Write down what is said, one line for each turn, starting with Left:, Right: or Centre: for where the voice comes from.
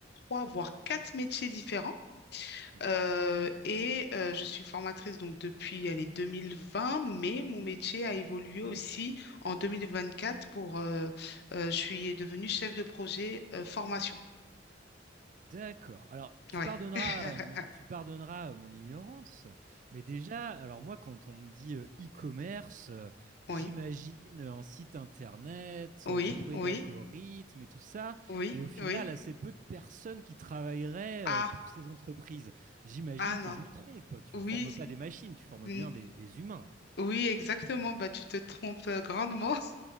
Left: trois, voire quatre métiers différents.
Right: Mhm.
Left: Euh, et euh, je suis formatrice donc depuis allez, 2020, mais mon métier a évolué aussi en 2024 pour euh, euh, je suis devenue chef de projet euh, formation.
Right: D'accord. Alors, tu
Left: Ouais.
Right: pardonneras,
Left: <laughs>
Right: euh, mon, tu pardonneras euh, mon ignorance, mais déjà, alors moi, quand on me dit euh, e-commerce, euh,
Left: Oui,
Right: j'imagine euh, un site internet
Left: oui,
Right: euh, bourré
Left: oui,
Right: d'algorithmes et tout ça,
Left: oui,
Right: et au final,
Left: oui.
Right: assez peu de personnes qui travailleraient
Left: Ah,
Right: euh, pour ces entreprises. J'imagine
Left: ah non.
Right: que je me trompe. Tu
Left: Oui,
Right: formes pas des machines, tu formes
Left: n-
Right: bien des, des humains.
Left: oui, exactement. Bah, tu te trompes euh, grandement.